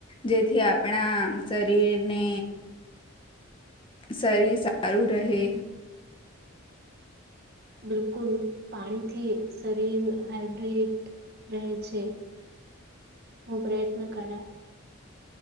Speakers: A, on the left; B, on the right.
A: જેથી આપણા શરીરને શરીર સારું રહે
B: બિલકુલ પાણીથી શરીર હાઈડ્રેટ રહે છે હુ પ્રયત્ન કરા